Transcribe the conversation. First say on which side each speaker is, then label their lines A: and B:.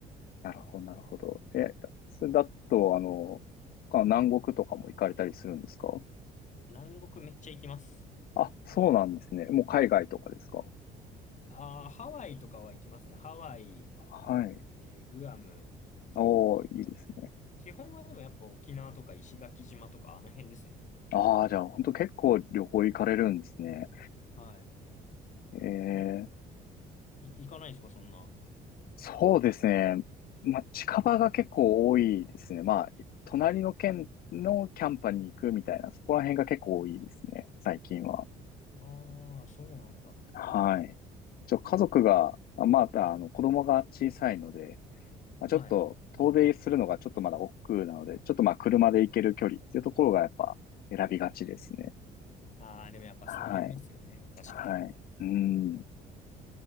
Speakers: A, on the left; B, on the left.
A: なるほど、なるほど。え、それだと、あの、あ南国とかも行かれたりするんですか
B: 南国めっちゃ行きます。
A: あ、そうなんですね。もう海外とかですか
B: ああ、ハワイとかは行きますね。ハワイ、
A: はい。
B: えーグアム。
A: おー、いいですね。
B: 基本はでもやっぱ沖縄とか石垣島とかあの辺ですね。
A: ああ、じゃあ、本当結構旅行行かれるんですね。
B: はい。
A: ええ
B: い行かないですか、そんな。
A: そうですね。まあ、近場が結構多いですね。まあ、隣の県のキャンパに行くみたいな、そこら辺が結構多いですね。最近は。
B: ああ、そうなんだ。
A: はい。ちょ、家族が、あまだ、あの、子供が小さいので、まあ、
B: はい。
A: ちょっと遠出するのがちょっとまだ億劫なので、ちょっとまあ車で行ける距離っていうところがやっぱ選びがちですね。
B: ああ、でもやっぱそうなりますよね。
A: はい。
B: 確かに。
A: はい。うん。